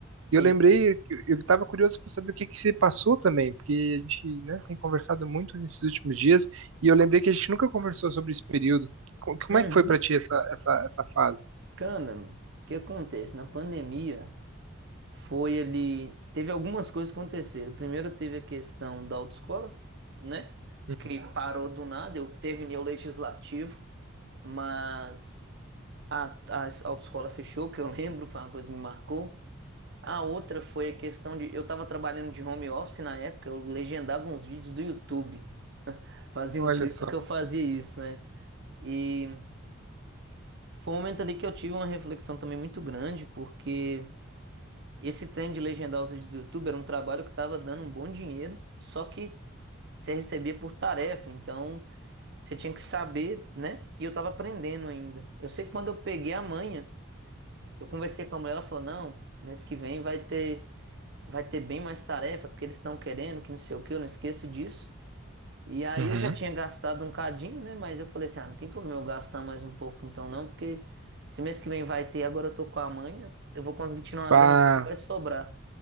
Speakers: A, on the right (about 55°); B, on the right (about 70°).
A: Sim.
B: E eu lembrei, eu eu tava curioso para saber o que que se passou também, porque a gente, né, tem conversado muito nesses últimos dias, e eu lembrei que a gente nunca conversou sobre esse período. Co- Como
A: Uhum.
B: é que foi pra ti essa, essa, essa fase?
A: Cara, o que acontece? Na pandemia foi ali. Teve algumas coisas que aconteceram. Primeiro teve a questão da autoescola, né?
B: Uhum.
A: Que parou do nada. Eu terminei o legislativo, mas a, a autoescola fechou, que eu <laughs> lembro, foi uma coisa que me marcou. A outra foi a questão de. Eu tava trabalhando de home office na época, eu legendava uns vídeos do YouTube. Fazia
B: Olha
A: um freela
B: só.
A: que eu fazia isso, né? E foi um momento ali que eu tive uma reflexão também muito grande, porque esse trem de legendar os vídeos do YouTube era um trabalho que estava dando um bom dinheiro, só que você recebia por tarefa, então você tinha que saber, né? E eu estava aprendendo ainda. Eu sei que quando eu peguei a manha, eu conversei com a mulher, ela falou: "Não, mês que vem vai ter vai ter bem mais tarefa, porque eles estão querendo, que não sei o que, eu não esqueço disso". E aí
B: Uhum.
A: eu já tinha gastado um cadinho, né? Mas eu falei assim, ah, não tem problema eu gastar mais um pouco então não, porque se mês que vem vai ter, agora eu tô com a mãe, eu eu vou conseguir tirar uma
B: Ah,
A: grana boa e vai sobrar.